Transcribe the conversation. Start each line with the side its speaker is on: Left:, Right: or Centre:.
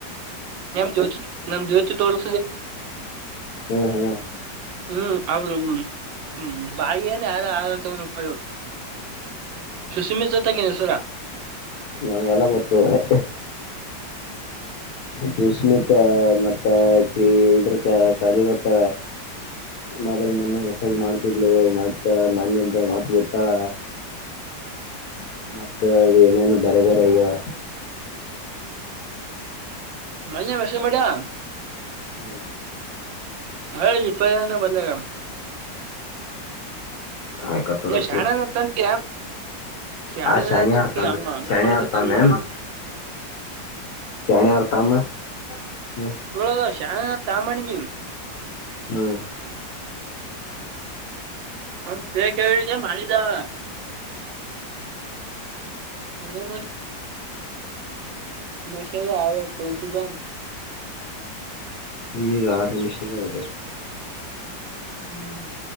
Right: ನಮ್ ಜೋತಿ ನಮ್ ಜ್ಯೋತಿ ತೋಲ್
Left: ಹ್ಮ್ ಹ್ಮ್
Right: ಹ್ಮ್ ಅವಳ ಹ್ಮ ಹ್ಮ್ ಬಾಗಿಯನ ಯಾರು ಆ ತಾವ ರೂಪಾಯಿ ಸುಸಿಮಿತ ಜತೆಕ ನಸವರ
Left: ನನ್ಗೆಲ್ಲ ಗೊತ್ತದೆ ಸುಶ್ಮತ್ ಮ ಮತ್ತ ಇದ್ರಕ ಸಾಲಿಗೆ ಗೊತ್ತ ಮದ್ರ ಮೊನ್ನಿ ಮೆಸೇಜ್ ಮಾಡ್ತಿದ್ಲು ಮತ್ತ ಮನೆಬ್ಬ ಮತ್ ಬಿಟ್ಟಾಳ ಮತ್ತ ಅದು ಏನೇನು ಬೇರೆ ಬೇರೆ ಆಗ್ಯಾವ
Right: <unintelligible> ವಿಷ ಮಾಡಾ
Left: ಹ್ಮ್
Right: ಹೇಳ ಇಪ್ಪನ ಬರ್ಲರ
Left: ಆಕ ತರು
Right: ನೀ ಶಾಣೆನತ್ತನ್ಕ ಶಾಣೆನಕ
Left: ಆ ಶನಿ ಆರ್ತಮ್ಮೆ
Right: ಅವ ಅವನ್
Left: ಶನಿ
Right: ಮಾಡ್ಬೇಕ
Left: ಆರ್ತಮ್ಮೆ
Right: ನಾನು
Left: ನು ಶಣಿ ಆರ್ತಮ್ಮ ಹ್ಮ
Right: ಇಳದ ಶಾನ ತಾಮಣನ್
Left: ಹ್ಮ
Right: ಹ ತ ಕ ಮಾಡಾರಿದವ ಡ ಮೆಸೇಜ್ ಹಾಯ್ ಅಂತ ಕಳ್ಸದ್ದ
Left: ಈ ಆರು ನಿಮಿಷಕ್ಕ ಲೇ
Right: ಹ್ಮ್